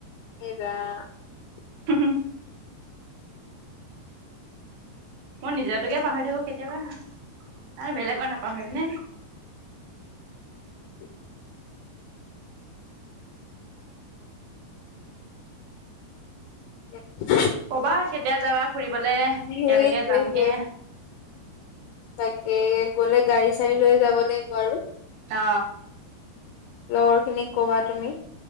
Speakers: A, on the left; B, on the right.
A: এইব <unintelligible>
B: উ <unintelligible> মই নিজটোকে পাহৰি থাকো কেতিয়াবা আৰু বেলেগৰ নাপাহৰিমনে।
A: <inaudible> তে <unintelligible>
B: কবা কেতিয়া যাবা ফুৰিবলে একেলগে
A: সেইটোৱে
B: যামগে।
A: সেই তাকে গলে গাড়ী চাড়ী লৈ যাব লাগিব আৰু
B: অ।
A: লগৰ খিনিক কবা তুমি